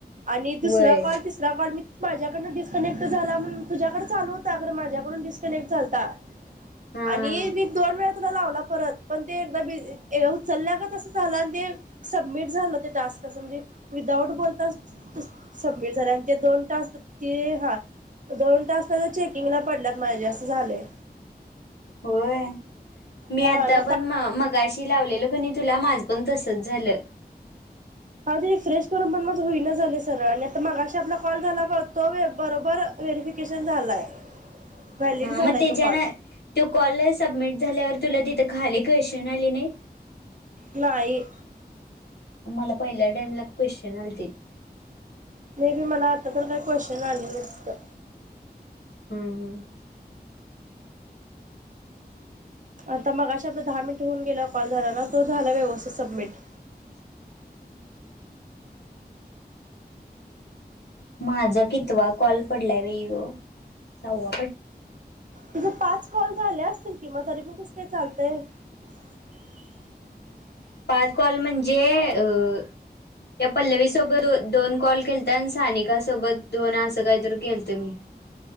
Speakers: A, on the right (about 50°); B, on the left (about 85°).
A: आणि दुसरा
B: वय
A: कॉल तिसरा कॉल मी माझ्याकडनं डिस्कनेक्ट झाला म्हणून तुझ्याकडें चालू होता खरं माझ्याकडून डिस्कनेक्ट झालता.
B: हा
A: आणि
B: हा
A: मी दोन वेळ तुला लावला परत. पण ते एक बीजी उचलल्या गत आस झाल आणि ते सबमिट झालं ते टास्क म्हणजे विदाऊट बोलताच सबमिट झाल आणि ते दोन टास्क ते हा. दोन तास तर चेकिंगला पडलात म्हणजे असं झालय.
B: होय. मी
A: हा
B: आता
A: आणि
B: पण म मगाशी लावलेलो कणी तुला माझ पण तसच झालं.
A: हा ते रिफ्रेश करून पण माझ होईन झालय सरळ आणि आता मगा आपला कॉल झालाब तो बरोबर <unintelligible> केशन झालाय. व्हॅलिड
B: हा
A: झालाय
B: म त्याच्यान
A: तो कॉल
B: तोय कॉल सबमिट झाल्यावर तुला तिथं खाली क्वेशन आली नाहीत.
A: नाही.
B: मला पहिल्या टाइमला क्वेश्चन आलतीत.
A: मेबी मला आता तर काय क्वेशचन आले नाहीत तिथं.
B: हम्म हम्म.
A: आता मगाशी आपलं दहा मिनिट होऊन गेला कॉल झाला ना तो झाला व्यवस्थित सबमिट.
B: <inaudible> माझा कितवा कॉल पडला ब यो सहवा पड
A: तुझ पाच कॉल झाले असतील कि म तरी पण कस काय चालतय. <inaudible>
B: पाच कॉल म्हणजे त्या पल्लवी सोबत दोन कॉल केलत आणि सानिक सोबत दोन असं काय तर केलत मी.